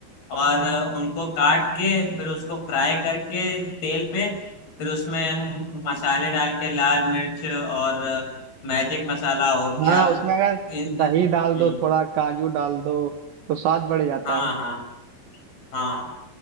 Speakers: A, on the left; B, on the right.
A: और उनको काट के फिर उसको फ्राई करके तेल पे फिर उसमें मसाले डाल के लाल मिर्च और मैजिक मसाला हो गया
B: हाँ उसमें अगर
A: इ-
B: दही
A: इ-
B: डाल
A: हम्म,
B: दो थोड़ा काजू डाल दो तो स्वाद बढ़ जाता
A: हाँ
B: है
A: हाँ हाँ